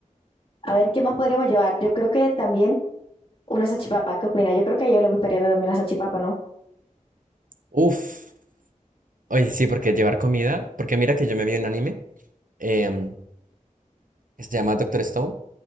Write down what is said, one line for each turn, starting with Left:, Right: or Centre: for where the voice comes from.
Left: A ver, ¿qué más podríamos llevar? Yo creo que también una salchipapa. ¿Qué opina? Yo creo que a ellos les gustaría la- también la salchipapa, ¿no?
Right: Uf. Oye, sí, porque llevar comida, porque mira que yo me vi un anime em, que se llama Doctor Stone